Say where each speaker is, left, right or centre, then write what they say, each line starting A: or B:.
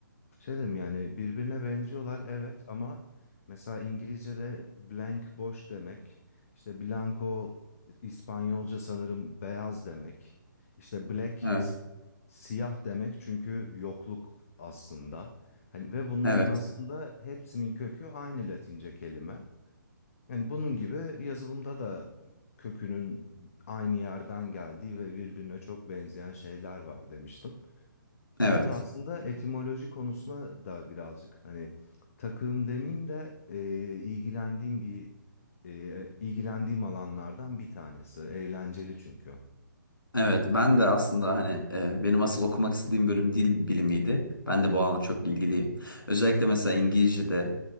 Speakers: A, on the left (about 45°); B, on the left (about 80°).
A: Şey dedim yani birbirine benziyorlar evet ama mesela İngilizce'de blank boş demek, işte blanco İspanyolca sanırım beyaz demek, işte black
B: Evet.
A: s- siyah demek çünkü yokluk aslında. Hani ve bunların
B: Evet.
A: aslında hepsinin kökü aynı Latince kelime. Yani bunun gibi yazılımda da kökünün aynı yerden geldiği ve birbirine çok benzeyen şeyler var demiştim.
B: Evet.
A: Ben de aslında etimoloji konusuna da birazcık hani takığım demeyeyim de e, ilgilendiğim bir e, ilgilendiğim alanlardan bir tanesi. Eğlenceli çünkü.
B: Evet ben de aslında hani e, benim asıl okumak istediğim bölüm dil bilimiydi. Ben de bu alana çok ilgiliyim. Özellikle mesela İngilizce'de